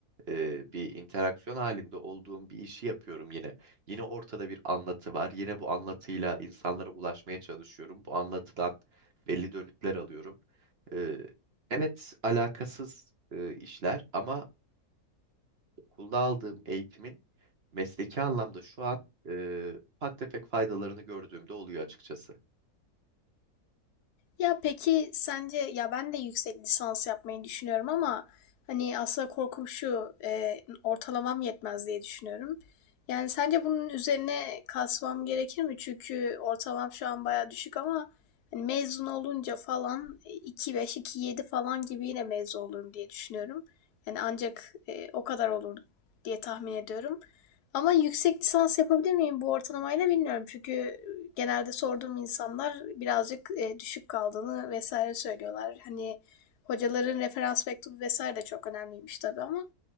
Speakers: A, on the right (about 45°); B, on the left (about 80°).
A: e, bir interaksiyon halinde olduğum bir işi yapıyorum yine. Yine ortada bir anlatı var. Yine bu anlatıyla insanlara ulaşmaya çalışıyorum. Bu anlatıdan belli dönütler alıyorum. E, evet, alakasız e, işler ama okulda aldığım eğitimin mesleki anlamda şu an e, ufak tefek faydalarını gördüğümde oluyor açıkçası.
B: Ya peki sence ya ben de yüksek lisans yapmayı düşünüyorum ama hani aslında korkum şu e, ortalamam yetmez diye düşünüyorum. Yani sence bunun üzerine kasmam gerekir mi? Çünkü ortalamam şu an baya düşük ama hani mezun olunca falan e, iki beş iki yedi falan gibi yine mezun olurum diye düşünüyorum. Yani ancak e, o kadar olur diye tahmin ediyorum. Ama yüksek lisans yapabilir miyim bu ortalamayla bilmiyorum. Çünkü genelde sorduğum insanlar birazcık e, düşük kaldığını vesaire söylüyorlar. Hani hocaların referans mektubu vesaire de çok önemliymiş tabii ama